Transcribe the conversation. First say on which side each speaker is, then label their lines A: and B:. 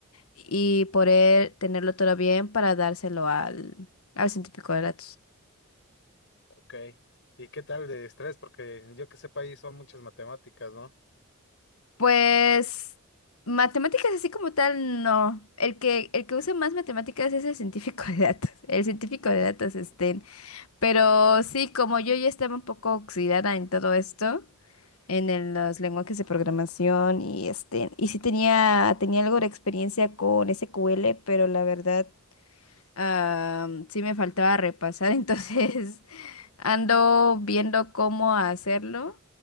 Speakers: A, on the left; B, on the left.
A: y poder tenerlo todo bien para dárselo al, al científico de datos.
B: Ok. ¿Y qué tal de estrés? Porque yo que sepa ahí son muchas matemáticas, ¿no?
A: Pues matemáticas así como tal, no. El que, el que usa más matemáticas es el científico de datos. <laughs> El científico de datos estén. Pero sí, como yo ya estaba un poco oxidada en todo esto, en el- los lenguajes de programación y este, y sí tenía, tenía algo de experiencia con SQL, pero la verdad Ah, sí me faltaba repasar, <laughs> entonces ando viendo cómo hacerlo